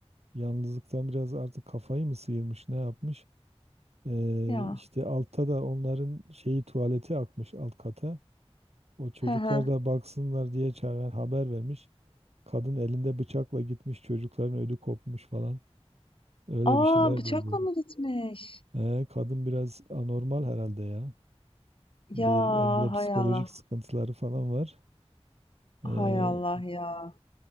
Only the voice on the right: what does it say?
Yalnızlıktan biraz artık kafayı mı sıyırmış, ne yapmış? E,
işte altta da onların şeyi tuvaleti akmış alt kata. O çocuklar
da baksınlar diye çağıran haber vermiş. Kadın elinde bıçakla gitmiş çocukların ödü kopmuş falan. Öyle
bir şeyler
duydum.
Ee, kadın biraz anormal herhalde ya.
Bir, herhalde psikolojik
sıkıntıları falan var. Ee,